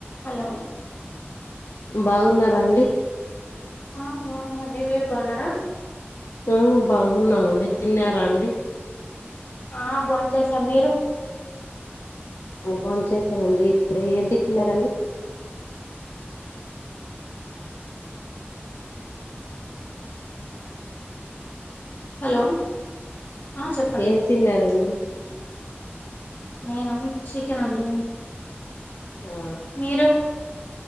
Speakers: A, on the left; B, on the left.
A: హలో
B: బాగున్నారా అండి
A: ఆ బాగున్నామండి మీరు బాగున్నారా
B: ఆ బాగున్నామండి తిన్నారా అండి
A: ఆ బోంచేసాం మీరు
B: బోంచేసామండీ ఇప్పుడు ఏం తిన్నారండి
A: హలో ఆ చెప్పండి
B: ఏం తిన్నారండి
A: నేనా చికెన్ అండి
B: ఆ
A: మీరు